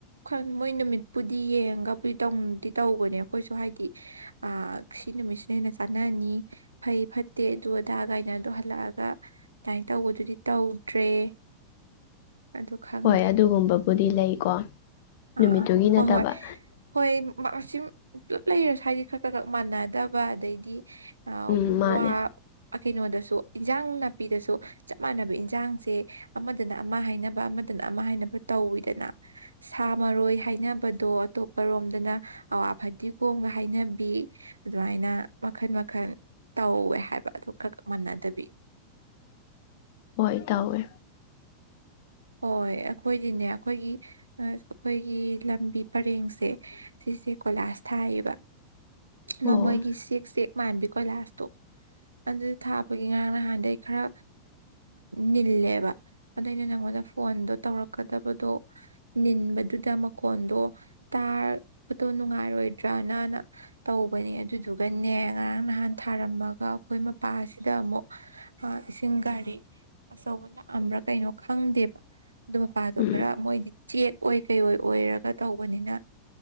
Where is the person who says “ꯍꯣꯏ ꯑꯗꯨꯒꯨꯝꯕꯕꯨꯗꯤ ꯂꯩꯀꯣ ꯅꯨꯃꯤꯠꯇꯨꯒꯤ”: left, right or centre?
Left